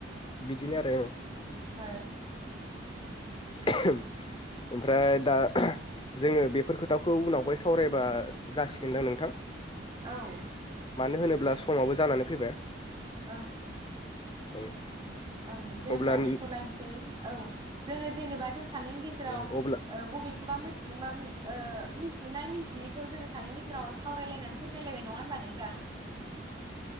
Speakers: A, on the left (about 30°); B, on the right (about 25°).
A: बिदिनो आरो ओं
B: ओ
A: <unintelligible> ओमफ्राय दा जोङो बेफोर खोथाखौ उनावहाय सावरायबा जासिगोनदां नोंथां
B: औ
A: मानो होनोब्ला समाबो जानानै फैबाय
B: ओं
A: औ
B: ओं दे होमबा
A: अब्ला
B: दोनथ'लायनोसै औ जोङो जेनेबा जों सानैनि गेजेराव
A: ओ अब्ला
B: ओ बबे खौबा मिथिदोंबा मिथिनाय मिथियैखौ जोङो सानैनि गेजेराव सावरायलायनानै फोरमायलायबाय नङा होनबा नोंथां